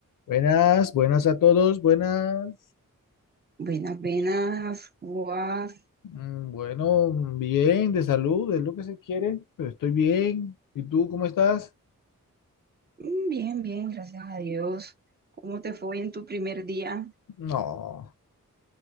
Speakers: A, on the left; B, on the right.
A: Buenas, buenas a todos, buenas.
B: Buenas, buenas, ¿cómo vas?
A: Mm, Bueno, bien, de salud, es lo que se quiere, pero estoy bien. ¿Y tú cómo estás?
B: Mm, Bien, bien, gracias a Dios. ¿Cómo te fue en tu primer día?
A: No,